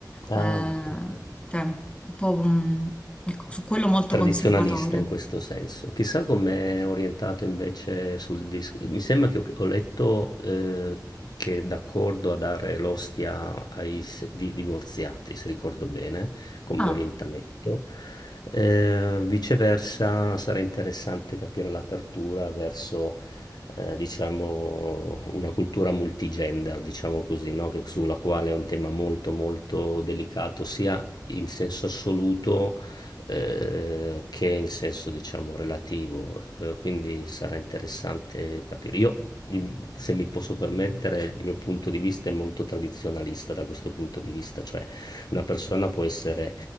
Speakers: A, on the left; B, on the left.
A: Ah,
B: eh,
A: okay.
B: cioè, un po', mhmm, ecco, su quello molto
A: tradizionalista
B: conservatore.
A: in questo senso. Chissà com'è orientato invece sul disco. Mi sembra che ho, ho letto eh, che è d'accordo a dare l'ostia ai se- di- divorziati, se ricordo bene, come
B: Ah,
A: orientamento. Eh, viceversa, sarà interessante capire l'apertura verso. eh, diciamo una cultura multigender, diciamo così, no? Che, sulla quale è un tema molto molto delicato sia in senso assoluto, eh, che in senso diciamo relativo, eh, quindi sarà interessante capire. Io, mi- se mi posso permettere, il mio punto di vista è molto tradizionalista da questo punto di vista, cioè una persona può essere,